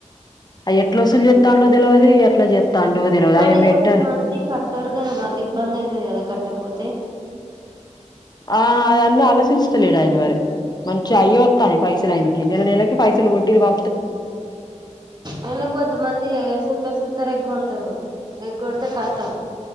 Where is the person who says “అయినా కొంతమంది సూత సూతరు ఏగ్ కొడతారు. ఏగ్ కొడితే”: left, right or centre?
Right